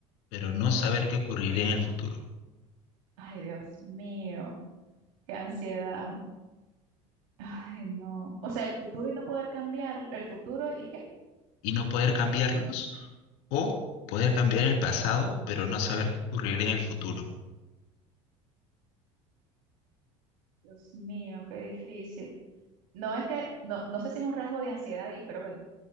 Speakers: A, on the left; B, on the right.
A: pero no saber qué ocurrirá en el futuro?
B: Ay, Dios mío. Qué ansiedad. Ay, no. O sea, el futuro y no poder cambiar el futuro y qué.
A: y no poder cambiarlos o poder cambiar el pasado, pero no saber qué ocurrirá en el futuro.
B: Dios mío, qué difícil. No es que, no, no sé si es un rasgo de ansiedad y espero que no,